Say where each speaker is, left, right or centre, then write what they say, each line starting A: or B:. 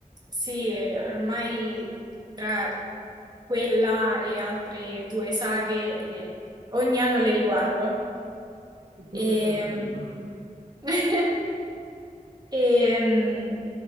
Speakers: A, on the right; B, on the right.
A: Sì, eh, ormai tra quella e altre due saghe le- ogni anno le riguardo.
B: E più
A: E...
B: o meno anche io. <laughs>
A: <laughs> E,